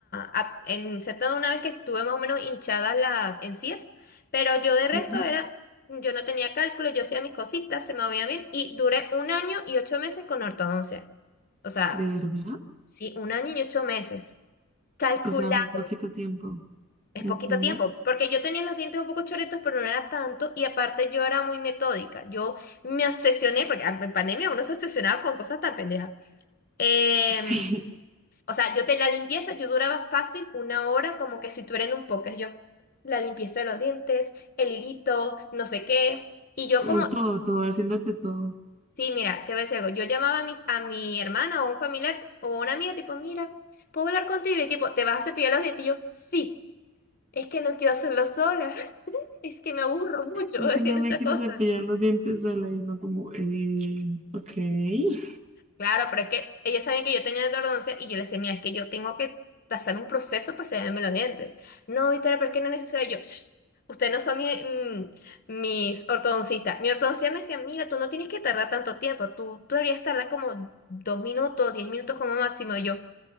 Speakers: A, on the left; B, on the right.
A: a- en excepto una vez que estuve más o menos hinchadas las encías, pero yo de resto
B: Ujú,
A: era, yo no tenía cálculo, yo hacía mis cositas, se me veía bien, y duré un año y ocho meses con ortodoncia. O sea,
B: ¿De verdad?
A: sí, un año y ocho meses. Calculado.
B: O sea, fue poquito tiempo.
A: Es
B: Ujú,
A: poquito tiempo, porque yo tenía los dientes un poco choretos, pero no era tanto, y aparte yo era muy metódica. Yo me obsesioné, porque ah, en pandemia uno se obsesionaba con cosas tan pendejas. Em,
B: Sí,
A: o sea, yo te la limpieza, yo duraba fácil una hora, como que si tú eres en un póker. Yo, la limpieza de los dientes, el hilito, no sé qué. Y yo
B: <laughs>
A: como,
B: todo, todo, haciéndote todo.
A: sí, mira, te voy a decir algo. Yo llamaba a mi, a mi hermana o un familiar o una amiga, tipo, mira, ¿puedo hablar contigo? Y tipo, ¿te vas a cepillar los dientes? Y yo, sí, es que no quiero hacerlo sola. Es que me aburro mucho
B: Es
A: <laughs> haciendo
B: que no me
A: esta
B: quiero
A: cosa.
B: cepillar los dientes sola y no como, eh, ok.
A: Claro, pero es que ellos saben que yo tenía ortodoncia y yo les decía, mira, es que yo tengo que pasar un proceso para hacerme los dientes. No, Victoria, pero es que no es necesario. Yo, "Shh, ustedes no son mi- mm, mis ortodoncistas. Mi ortodoncista me decía, mira, tú no tienes que tardar tanto tiempo. Tú, tú deberías tardar como dos minutos, diez minutos como máximo. Y yo,